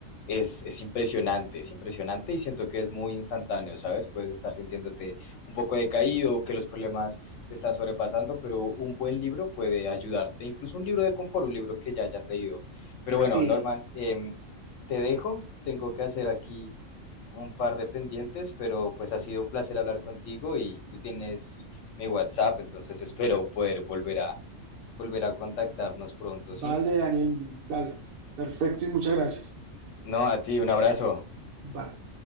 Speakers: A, on the left (about 70°); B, on the right (about 50°).
A: es, es impresionante, es impresionante y siento que es muy instantáneo, ¿sabes? Puedes estar sintiéndote un poco decaído, que los problemas te están sobrepasando, pero un buen libro puede ayudarte, incluso un libro de confort, un libro que ya hayas leído. Pero
B: Sí,
A: bueno, Norman, em, te dejo, tengo que hacer aquí un par de pendientes, pero pues ha sido un placer hablar contigo y tú tienes mi WhatsApp, entonces espero poder volver a, volver a contactarnos pronto,
B: vale,
A: ¿sí?
B: Daniel, vale, perfecto y muchas gracias.
A: No, a ti, un abrazo.
B: Vale.